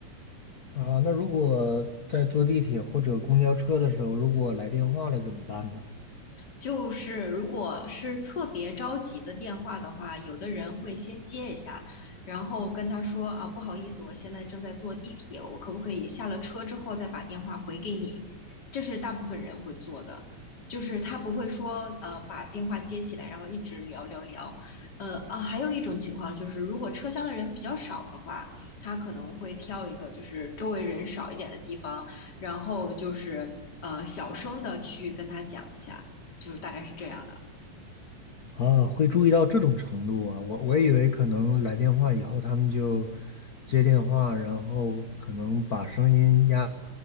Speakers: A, on the left; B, on the left.
A: 啊，那如果在坐地铁或者公交车的时候，如果来电话了怎么办呢？
B: 就是如果是特别着急的电话的话，有的人会先接一下，然后跟他说啊，不好意思，我现在正在坐地铁，我可不可以下了车之后再把电话回给你？这是大部分人会做的，就是他不会说呃把电话接起来，然后一直聊聊聊。呃啊，还有一种情况就是，如果车厢的人比较少的话，他可能会挑一个就是周围人少一点的地方，然后就是呃小声的去跟他讲一下。就是大概是这样的。
A: 啊，会注意到这种程度啊！我我以为可能来电话以后，他们就接电话，然后可能把声音压